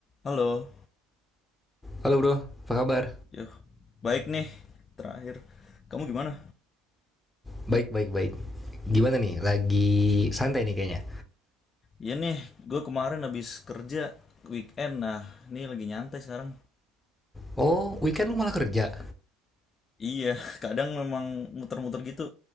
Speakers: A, on the left; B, in the centre.
A: Halo,
B: Halo bro, apa kabar?
A: ya baik nih. Terakhir, kamu gimana?
B: Baik, baik, baik. Gimana nih? Lagi santai nih kayaknya.
A: Iya nih, gue kemarin habis kerja weekend. Nah, ini lagi nyantai sekarang.
B: Oh, weekend lu malah kerja?
A: Iya, <laughs> kadang memang muter-muter gitu,